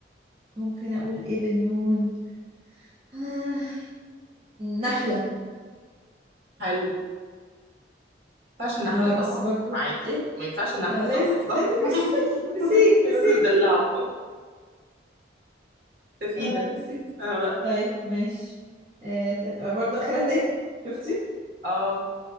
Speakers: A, on the right (about 30°); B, on the right (about 50°).
A: ممكن اقول ايه بالنون آه نحلة
B: حلو ما ينفعش نحل
A: اه بس
B: طبعا
A: برضو
B: معاكي
A: ايه
B: ما ينفعش نحل
A: اه لازم
B: طبعا صح
A: لازم <laughs>
B: <laughs>
A: نسيت
B: لازم
A: نسيت
B: ندلعه سفيدة
A: اه نسيت
B: أنا بقى.
A: طيب ماشي آه ت- آه، برضو اخرها ت شفتي
B: اه